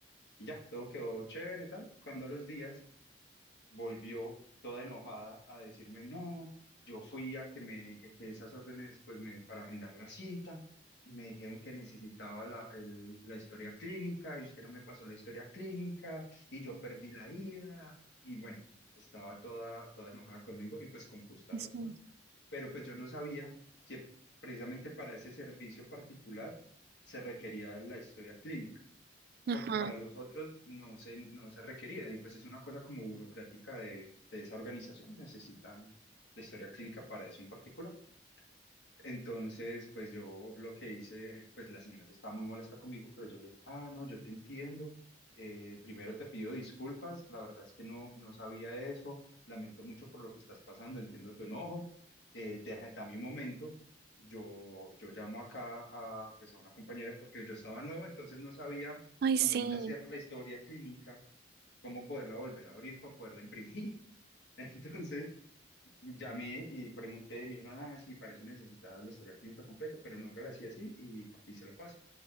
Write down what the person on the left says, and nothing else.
y ya, todo quedó chévere y tal. Cuando a los días volvió toda enojada a decirme, no, yo fui a que me, eh, que esas órdenes, pues me, para agendar la cita, y me dijeron que necesitaba la, el- la historia clínica, y usted no me pasó la historia clínica, y yo perdí la ida, y bueno, estaba toda, toda enojada conmigo, y pues con justa
razón, pero pues yo no sabía que precisamente para ese servicio particular se requería la historia clínica
porque para los otros no se, no se requería y pues es una cosa como burocrática de, de esa organización, necesitan la historia clínica para eso en particular. Entonces, pues yo lo que hice, pues la señora se estaba muy molesta conmigo, pero yo le dije, ah, no, yo te entiendo. Eh, primero te pido disculpas, la verdad es que no, no sabía eso, lamento mucho por lo que estás pasando, entiendo tu enojo. Eh, deja- dame un momento, yo, yo llamo acá a, pues, a una compañera porque yo estaba nuevo, entonces no sabía
cuando
uno ya cierra la historia clínica, cómo poderla volver a abrir para poderla imprimir. <laughs> Entonces... Llamé y pregunté, me dijeron, ah, sí, para eso necesitas la historia clínica completa, pero no hágala así, así, y, y se lo paso.